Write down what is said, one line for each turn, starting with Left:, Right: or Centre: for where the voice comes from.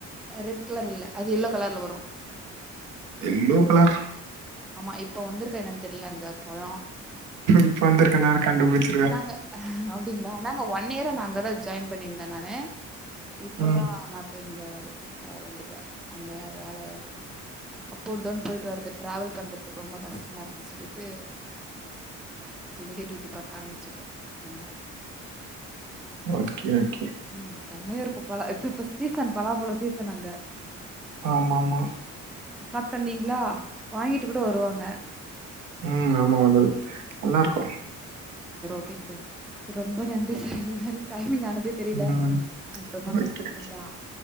Centre: அ ரெட் கலர் இல்ல அது எல்லோ கலர்ல வரு
Right: எல்லோ கலர்
Centre: ஆமா இப்ப வந்துருக்கா என்னனு தெரில அந்த பழ
Right: இப்ப வந்துருக்க நேர கண்டுபுடிச்
Centre: நாங்க அப்டிங்ளா நாங்க ஒன் இயரா நா அங்கதா ஜாயின் பண்ணிருந்தே நானு இப்பதா
Right: ம்.
Centre: நா இப்ப இங்க க வந்துட்டே அங்க வேல அப் அண்ட் டவுன் போய்ட்டு வர்றது ட்ராவல் பண்றது ரொம்ப கஷ்டமா இருக்குன்னு சொல்லிட்டு அப்ப இங்கே டியூட்டி பா க்க ஆரம்பிச்சுட்டே அதனால
Right: ஓகே ஓகே.
Centre: ம் செம்மையா இருக்கு பலா இப்ப இப்ப சீசன் பலா பழ சீசன் அங்க
Right: ஆமாமா
Centre: சாப்ட்டு வந்தீங்களா வாங்கிட்டு கூட வருவாங்க
Right: ம் ஆமா அது நல்லாருக்கு
Centre: ஓகேங் சார் ரொம்ப நன்றி சார் இவ்ளோ நேர டைமி்ங் ஆன தே தெரில
Right: ம்.
Centre: அப்றமா
Right: ஓகே,
Centre: கல் பண்றிங்ளா
Right: ஓகே.